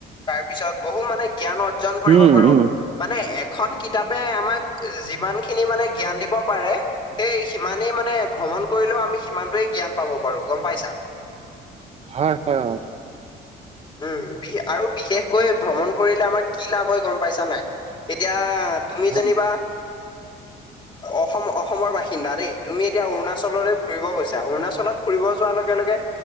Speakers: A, on the left; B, on the right.
A: তাৰ পিছত বহু মানে। জ্ঞান অৰ্জন কৰিব
B: উম
A: পাৰো।
B: উম
A: মানে এখন কিতাপে আমাক যিমান খিনি মানে জ্ঞান দিব পাৰে। সেই সিমানেই মানে ভ্ৰমণ কৰিলেও আমি সিমানটোৱে জ্ঞান পাব পাৰো গম পাইছা।
B: হয় হয়।
A: উম বি আৰু বিশেষকৈ ভ্ৰমণ কৰিলে আমাৰ কি লাভ হয় গম পাইছা নাই এতিয়া। তুমি
B: অ
A: যেনিবা। অসম অসমৰ বাসিন্দা দেই তুমি এতিয়া অৰুণাচললৈ ফুৰিব গৈছা অৰুণাচলত। ফুৰিব যোৱাৰ লগে লগে